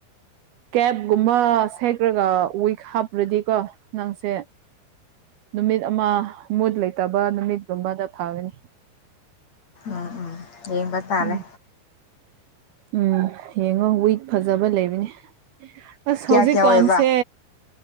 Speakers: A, on the right; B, on the left.
A: ꯀꯦꯕꯒꯨꯝꯕ ꯁꯦꯈ꯭ꯔꯒ ꯋꯤꯛ ꯍꯥꯞꯄ꯭ꯔꯗꯤꯀꯣ ꯅꯪꯁꯦ꯫ ꯅꯨꯃꯤꯠ ꯑꯃ ꯃꯨꯠ ꯂꯩꯇꯕ ꯅꯨꯃꯤꯠꯒꯨꯝꯕꯗ ꯊꯥꯒꯅꯤ꯫
B: ꯎꯝ ꯎꯝ ꯌꯦꯡꯕ ꯇꯥꯔꯦ꯫
A: ꯎꯝ ꯎꯝ ꯌꯦꯡꯉꯣ ꯋꯤꯛ ꯐꯖꯕ ꯂꯩꯕꯅꯤ꯫ ꯑꯁ
B: ꯀꯌꯥ
A: ꯍꯧꯖꯤꯛꯀꯥꯟꯁꯦ꯫
B: ꯀꯌꯥ ꯑꯣꯏꯕ